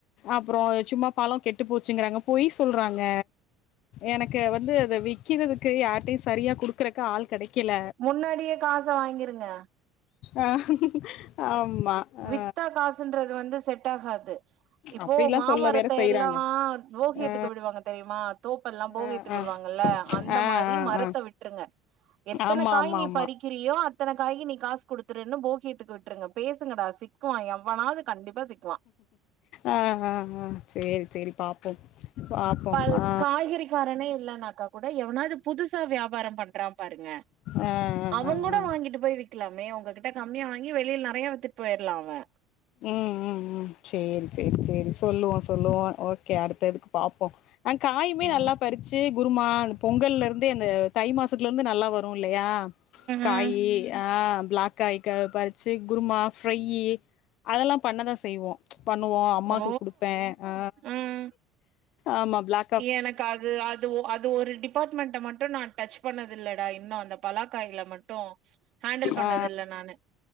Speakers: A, on the left; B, on the right.
A: அப்புறோ சும்மா பழோ கெட்டு போச்சுங்கிறாங்க பொய் சொல்றாங்க எனக்கு வந்து அத விக்கிறதுக்கு யார்ட்டையு சரியா குடுக்கறக்கு ஆள் கெடைக்கல
B: முன்னாடியே காச வாங்கிருங்க
A: ஆ ஆமா ஆ
B: வித்தா காசுன்றது வந்து செட் ஆகாது இப்போ
A: அப்டிலா
B: மாமரத்த
A: சொல்ல வேற செய்றாங்க
B: எல்லா போகியத்துக்கு
A: ஆ
B: விடுவாங்க தெரியுமா தோப் பெல்லா போகியத்துக்
A: ஆ ஆ
B: விடுவாங்கல்ல அந்த
A: ஆ
B: மாரி
A: ஆ
B: மரத்த
A: ஆ
B: விட்ருங்க எத்தன
A: ஆமா
B: காய்
A: ஆமா
B: நீ
A: ஆமா
B: பறிக் கிறியோ அத்தன காய்க்கு நீ காசு குடுத்துருன்னு போகியத்துக்கு விட்ருங்க பேஸ் துங்கடா சிக்குவா எவ்வனாது கண்டிப்பா சிக்
A: ஆ ஆ ஆ சேரி சேரி பாப்போ பாப்போ
B: ப
A: ஆ
B: காய்கறி காரனே இல்லன்னாக்கா கூட எவனாவது புதுசா வியாபாரம் பண்றா பாருங்க
A: ஆ
B: அவ
A: ஆ ஆ
B: கூட
A: ஆ
B: வாங்கிட்டு போய் விக் க்லாமே உங்ககிட்ட கம்மியா வாங்கி வெளியில நெறைய வித்துட் போய்ர்லா அவ
A: ம் ம் ம் செரி செரி செரி சொல்லுவோ சொல்லுவோ ஓகே அடுத்ததுக்கு பாப்போ அ காயுமே
B: ம்
A: நல்லா பறிச்சி குருமா அந்த பொங்கல்லருந்து அந்த தை மாசத்துல இந்து நல்லா வ ரு இல்லையா காயி
B: ம்
A: ஆ பிளாக் காய் கா பறிச்சி குருமா ஃப்ரையி அதெல்லா பண்ணதா செய்வோ பண்ணுவோ அம்மாக்கு
B: ஓ
A: குடுப்பே ஆ
B: ம்
A: ஆமா பிளாக்
B: எனக்கு அது அது ஒ அது ஒரு டிப் பாட்மெண்ட மட்டு நா டச் பண்ணது இல்லடா இன்னு அந்த பலாக்காய்ல மட்டு ஹேண்டில் பண்ணது
A: ஆ
B: இல்ல நானு